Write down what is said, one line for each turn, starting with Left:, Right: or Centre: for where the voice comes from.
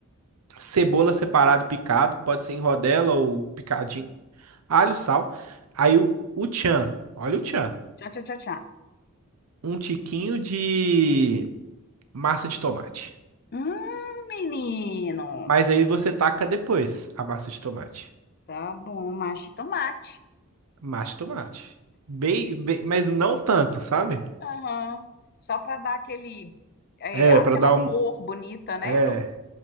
Right: cebola separado, picado, pode ser em rodela ou picadinho. Alho, sal. Aí o, o tchan, olha o tchan.
Left: Tchau, tchau, tchau, tchau.
Right: um tiquinho de massa de tomate.
Left: Hum, menino.
Right: Mas aí você taca depois a massa de tomate.
Left: Tá bom, mas de tomate.
Right: Massa de tomate. Bem, bem, mas não tanto, sabe?
Left: Aham. Só para dar aquele, é,
Right: É,
Left: aquela
Right: pra dar um.
Left: cor bonita, né?
Right: É,
Left: No...